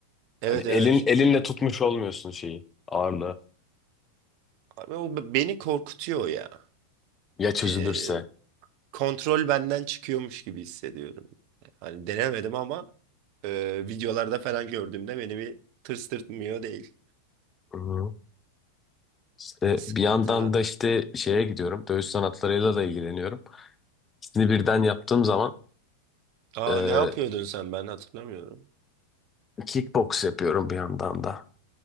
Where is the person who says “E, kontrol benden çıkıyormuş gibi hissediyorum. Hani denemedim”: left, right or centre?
Right